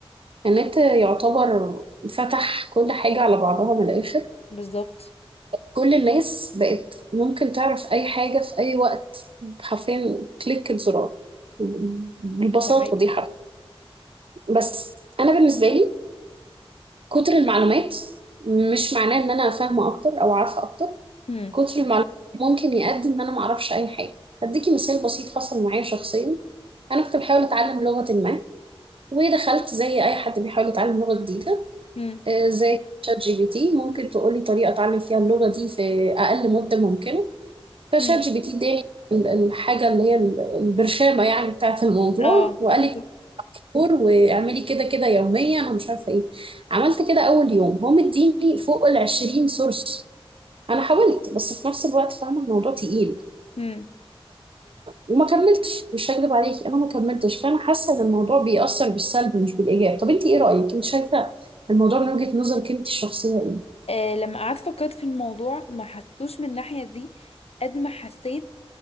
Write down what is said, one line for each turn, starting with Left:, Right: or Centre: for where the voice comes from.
Right: النت يعتبر فتح كل حاجة على بعضها من الآخر
Left: بالظبط
Right: كل الناس بقت ممكن تعرف أي حاجة في أي وقت حرفيا كليك زرار بالبساطة
Left: ده حقيقي
Right: دي حرف بس أنا بالنسبة لي كتر المعلومات مش معناه إن أنا فاهمة أكتر أو عارفة أكتر
Left: هم
Right: كتر المعلومات ممكن يقدم ان انا ما اعرفش اي حاجه هديكي مثال بسيط حصل معايا شخصيا انا كنت بحاول اتعلم لغه ما ودخلت زي اي حد بيحاول يتعلم لغه جديده
Left: هم
Right: آه، زي شات جي بي تي ممكن تقولي طريقه اتعلم فيها اللغه دي في اقل مده ممكنه فشات
Left: هم
Right: جي بي تي اداني ال- الحاجه اللي هي ال- البرشامه يعني بتاعه الموضوع
Left: اه
Right: وقال
Left: بالظبط
Right: لي دكتور واعملي كده كده يوميا انا مش عارفه ايه عملت كده اول يوم هو مديني فوق ال 20 سورس انا حاولت بس في نفس الوقت فاهمه الموضوع تقيل
Left: هم
Right: وما كملتش مش هكذب عليكي انا ما كملتش فانا حاسه ان الموضوع بيأثر بالسلب مش بالايجاب طب انت ايه رأيك انت شايفه الموضوع من وجهة نظرك انت الشخصيه ايه
Left: آه لما قعدت فكرت في الموضوع ما حسيتوش من الناحية دي قد ما حسيت